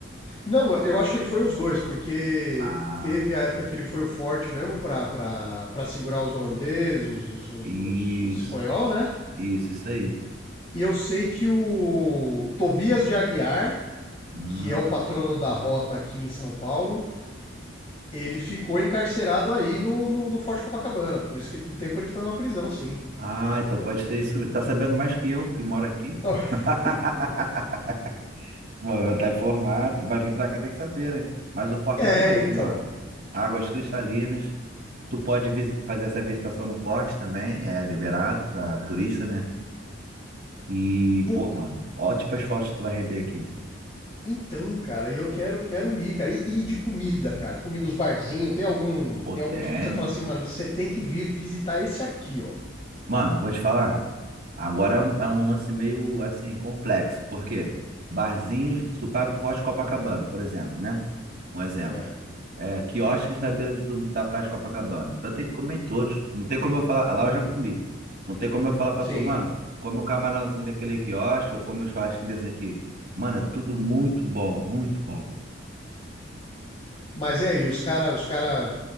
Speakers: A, on the left; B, on the right.
A: Não, eu acho que ele foi os dois, porque
B: Ah,
A: teve a época que ele foi o forte mesmo pra, pra, pra segurar os holandeses, os, os, os,
B: isso,
A: os, os espanhol, né?
B: isso, isso aí.
A: E eu sei que o Tobias de Aguiar,
B: Hum.
A: que é o patrono da rota aqui em São Paulo, ele ficou encarcerado aí no, no, no Forte Copacabana. Por isso que por um tempo ele foi uma prisão, sim.
B: Ah, então pode ser isso. mesmo. Tá sabendo mais que eu, que moro aqui, pô.
A: <laughs>
B: <laughs> Mano, vai estar informado. Vai vir pra cá, tem que saber, né? Mas o forte
A: É,
B: é bonito,
A: então.
B: mano. Águas cristalinas. Tu pode visi- fazer essa visitação no forte também. É liberado pra turista, né? E,
A: Pô,
B: pô, mano, ótimas fotos tu vai render aqui.
A: Então, cara, e eu quero, quero ir, cara. E, e de comida, cara. Comida dos barzinhos, tem algum,
B: Ô,
A: tem
B: tem.
A: algum tipo que você
B: Mano,
A: fala assim, mano, você tem que vir visitar esse aqui, ó.
B: Mano, vou te falar. Agora é um, é um lance meio, assim, complexo. Por quê? Barzinhos, tu vai pro Forte Copacabana, por exemplo, né? Um exemplo.
A: É.
B: É, quiosques na beira do- da praia de Copacabana. Tu vai ter que comer em todos. Não tem como eu falar. Lá eu já comi. Não tem como eu falar pra
A: Sim.
B: tu, mano, come o camarãozinho daquele quiosque ou come o churrasquinho desse aqui. Mano, é tudo muito bom, muito bom.
A: Mas e aí, os cara, os cara